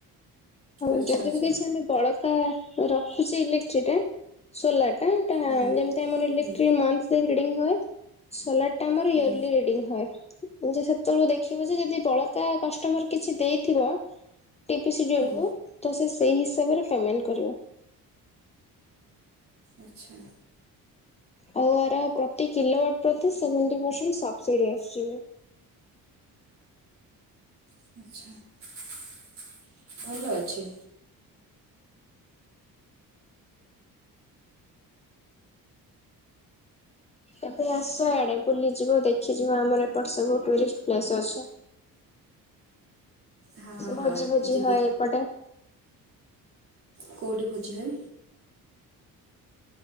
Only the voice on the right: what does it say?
ଆଚ୍ଛା
ଆଚ୍ଛା
ହୁଁ
ହୁଁ
ହୁଁ
ହୁଁ
ଆଚ୍ଛା।
<unintelligible> ଭଲ ଅଛି।
ହଁ ହଁ
ଯିବି
କଉଟି ଭୋଜି ହୁଏ।